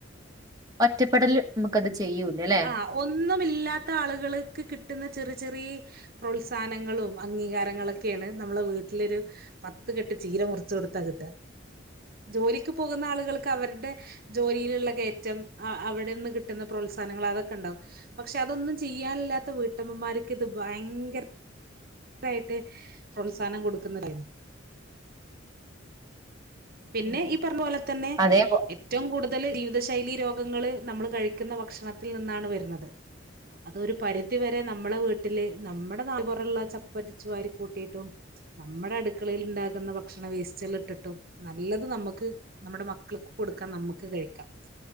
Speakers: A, on the right (about 20°); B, on the right (about 50°).
A: ഒറ്റപ്പെടൽല് നമുക്ക്ത് ചെയ്യൂല ല്ലേ.
B: ആഹ് ഒന്നുമില്ലാത്ത ആളുകള്ക്ക് കിട്ടുന്ന ചെറ് ചെറ്യേ പ്രോത്സാഹനങ്ങളും അംഗീകാരങ്ങളൊക്കെയാണ് നമ്മളെ വീട്ടിലൊരു. പത്ത് കെട്ട് ചീര മുറിച്ചു കൊടുത്താ കിട്ടാ ജോലിക്ക് പോകുന്ന ആളുകള്ക്ക് അവരുടെ ജോലിയിലുള്ള കയറ്റം അവിടെന്ന് കിട്ടുന്ന പ്രോത്സാ ഹനങ്ങൾ അതൊക്കണ്ടാവും പക്ഷെ അതൊന്നും ചെയ്യാനില്ലാത്ത വീട്ടമ്മമാര്ക്ക് ഇത് ഭയങ്കര രായിട്ട് പ്രോത്സാഹനം കൊടുക്കുന്നരായി പിന്നെ
A: ഉം
B: ഈ പറഞ്ഞ പോലെ തന്നെ.
A: അതേ പോ-
B: ഏറ്റവും കൂടുതല് ജീവിതശൈലി രോഗങ്ങള് നമ്മള് കഴിക്കുന്ന ഭക്ഷണത്തിൽ നിന്നാണ് വരുന്നത്. അതൊരു പരിധിവരെ നമ്മളെ വീട്ടില് നമ്മുടെ നാട്ട് പൊറള്ള ച പ്പടിച്ചുവാരി കൂട്ടീട്ടും നമ്മടെ അടുക്കളയിൽ ണ്ടാക്കുന്ന ഭക്ഷണ വേസ്റ്റേൽ ഇട്ടിട്ടും നല്ലത് നമ്മുക്ക് നമ്മടെ മക്കള്ക്ക് കൊടുക്കാ നമ്മക്ക് കഴിക്കാം